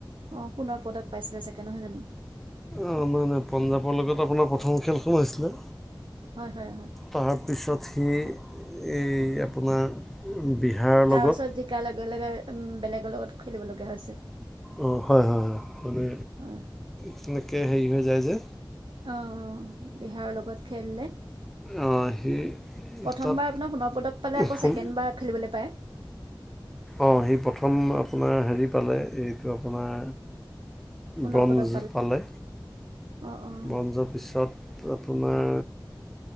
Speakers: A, on the right; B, in the centre.
A: অ সোণৰ প্ৰডাক পাইছিলে চাগে নহয় জানো।
B: অঁ মানে পঞ্জাৱৰ লগত আপোনাৰ প্ৰথম খেলখন হৈছিলে।
A: হয় হয় হয়।
B: তাৰপিছত সি এই আপোনাৰ বিহাৰৰ
A: তাৰ
B: লগত
A: ওচৰত জিকা লগে লগে উম বেলেগৰ লগত খেলিব লগীয়া হৈছে।
B: অ হয়, হয়, হয় মানে
A: হয়
B: তেনেকৈ হেৰি হৈ যায় যে।
A: অঁ বিহাৰৰ লগত খেলিলে।
B: অ, সি
A: প্ৰথমবাৰ
B: তাত
A: আপোনাৰ সোণৰ পদক পালে আকৌ
B: সোণ
A: ছেকেণ্ডবাৰ খেলিবলৈ পায়।
B: অ সি প্ৰথম আপোনাৰ হেৰি পালে এইটো আপোনাৰ
A: সোণৰ
B: ব্ৰঞ্জ
A: পদক
B: পালে
A: অঁ অঁ
B: ব্ৰঞ্জৰ পিছত পো আপোনাৰ